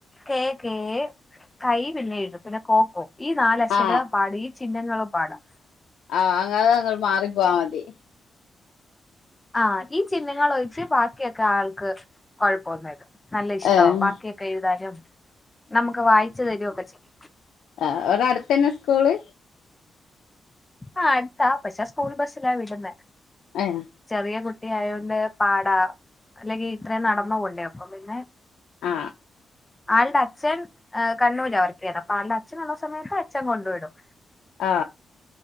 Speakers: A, on the left; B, on the left.
A: കേ കേ കൈ പിന്നെയഴുതും പിന്നെ കോ ക്കോ ഈ നാല അക്ഷരം
B: ആഹ്
A: പാട ഈ ചിഹ്നും പാടാ
B: ആ അങ്ങത അങ്ങനെ മാറിപ്പോവാ മതി
A: ആ ഈ ചിഹ്നങ്ങളൊഴിച്ച് ബാക്കിയൊക്കെ ആൾക്ക് കൊഴപ്പമെന്നൂല്ല നല്ല ഇഷ്ടമാ
B: ഏഹ്
A: ബാക്കിയൊക്കെ എഴുതാനും നമുക്ക് വായിച്ചു തരുമൊക്കെ ചെയ്യും
B: ആ അവിടെ അടുത്തന്നെ സ്കൂള്
A: ആ അടുത്താ പക്ഷെ സ്കൂൾ ബസിലാ വിടുന്ന
B: ഏഹ്
A: ചെറിയ കുട്ട- കുട്ടിയായോണ്ട് പാട അല്ലെങ്കിൽ ഇത്രയും നടന്നു പോണ്ടേ അപ്പൊ പിന്നെ
B: ആ
A: ആളുടെ അച്ഛൻ കണ്ണൂരാ വർക്ക് ചെയ്യണ അപ്പൊ ആളുടെ അച്ഛൻ ഉള്ള സമയത്ത് അച്ഛൻ കൊണ്ടു വിടും
B: ആ